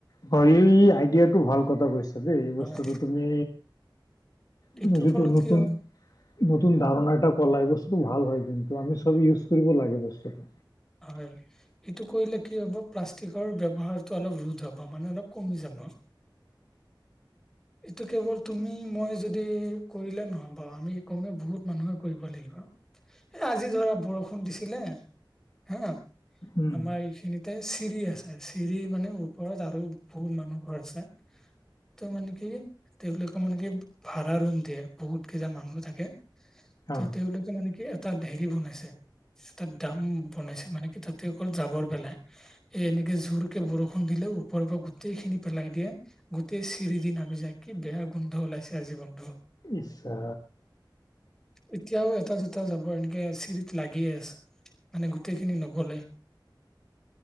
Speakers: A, on the left; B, in the centre.
A: হয় এই আইডিয়াটো ভাল কথা কৈছা দেই এই
B: হয়
A: বস্তুটো তুমি
B: এইটোৰ
A: তুমি যিটো,
B: ফলত
A: নতুন
B: কি হ'ব
A: নতুন ধাৰণা এটা ক'লা! এই বস্তুটো ভাল হয়। কিন্তু, আমি চবেই ইউজ কৰিব লাগে, বস্তুটো।
B: হয়! সেইটো কৰিলে, কি হ'ব? প্লাষ্টিকৰ ব্যৱহাৰটো অলপ ৰোধ হ'ব। মানে, অলপ কমি যাব। <inaudible> এইটো কেৱল তুমি, মই যদি, কৰিলে নহ'ব। আমি কমে বহুত মানুহে কৰিব লাগিব। এ, আজি ধৰা, বৰষুণ দিছিলে। হা!
A: উম
B: আমাৰ এইখিনিত। তাতে, চিৰি আছে। চিৰি মানে, ওপৰত আৰু বহুত মানুহ ঘৰ আছে। ত' মানে কি? তেওঁলোকে মানে, কি? ভাড়া ৰুম দিয়ে। বহুত কেইজন মানুহ থাকে। ত'
A: অ
B: তেওঁলোকে মানে, কি! এটা হেৰি বনাইছে। তাত দ্ৰাম বনাইছে। মানে কি! তাতে অকল জাবৰ পেলাই এ, এনেকে জোৰকে বৰষুণ দিলেও পৰৰ পৰা গোটেই খিনি পেলাই দিয়ে। গোটেই চিৰিদি নামি যায়। কি বেয়া গোন্ধ ওলাইছে আজি বন্ধু।
A: ইচ্ চা!
B: এতিয়াও, এটা -দুটা যাব, এনেকে আছিল। লাগিয়ে আছে। মানে, গোটেইখিনি নগ'লে।